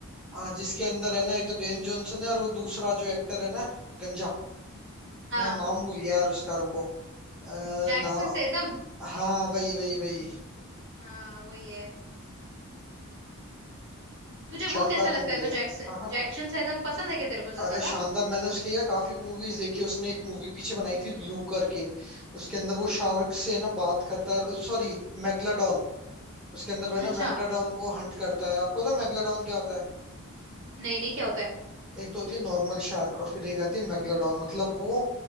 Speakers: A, in the centre; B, on the right (about 55°).
A: हाँ, जिसके अंदर है ना ये तो डेन जॉनसन है और वो दूसरा जो एक्टर है ना गंजा
B: हाँ
A: मैं नाम भूल गया यार उसका रुको आ,
B: Jackson
A: ना
B: Statham
A: हाँ वही वही वही
B: हाँ वही है तुझे
A: शानदार
B: वो कैसा लगता
A: मूवी
B: है तो
A: है
B: जैक्सन
A: हाँ हाँ
B: जैक्सन से एकदम पसंद है क्या तेरे को
A: अरे
B: ज्यादा
A: शानदार मैंने उसकी यार काफी मूवीज देखी उसने एक मूवी पीछे बनाई
B: हम्म
A: थी
B: हम्म
A: ब्लू करके उसके अंदर वो शार्क से है ना बात करता है सॉरी मेगलाडॉन उसके अंदर वो है
B: अच्छा
A: ना मैग्नाडॉन को हंट करता है आपको पता है मैग्नाडॉन क्या होता है
B: नहीं नहीं क्या होता है
A: एक तो होती है नॉर्मल शार्क और फिर एक आती है मैग्नाडॉन
B: हम्म हम्म।
A: मतलब वो